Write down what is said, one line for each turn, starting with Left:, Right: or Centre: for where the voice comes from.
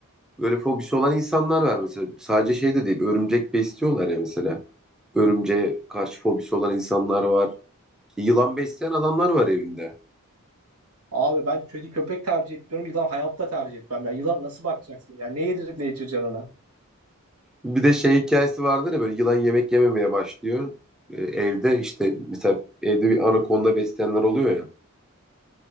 Centre: Böyle fobisi olan insanlar var mesela. Sadece şey de değil. Örümcek besliyorlar ya mesela. Örümceğe karşı fobisi olan insanlar var. İşte Yılan besleyen adamlar var evinde.
Right: abi ben kedi köpek tercih etmiyorum. Yılan hayatta tercih etmem. ya yılan nasıl bakacaksın? Ya ne yedirip ne içireceksin ona?
Centre: Bir de şey hikayesi vardır ya böyle yılan yemek yememeye başlıyor. Ee, evde işte mesela evde bir anakonda besleyenler oluyor ya.